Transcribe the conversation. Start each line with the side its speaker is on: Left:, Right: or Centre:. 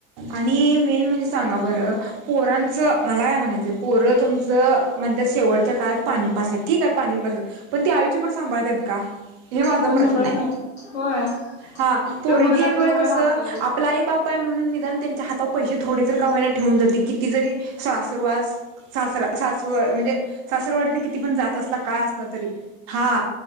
Right: आणि मेन म्हणजे सांगा बरं पोरांचं मला काय म्हणायचं पोरं तुमचं म्हणतात शेवटच्या काळात पाणी पाजतात, ठीक आहे पाणी पाजता पण ते आयुष्यभर सांभाळत्यात का? हे माझा
Left: कोण
Right: प्रश्न
Left: सांभाळत
Right: आहे.
Left: नाही होय
Right: हा पोरगी
Left: तो मुलगा
Right: एक वेळ
Left: जवळ
Right: कसं,
Left: राहतो
Right: आपला आई बाप आहे म्हणून निघ निदान त्यांच्या हातावर पैसे थोडे जर का व्हयना ठेऊून जाते किती जरी सा सुरवास सास सगळा सासूरवास म्हणजे सासर वाडीतन किती पण जात असला काळ असला तरी. हा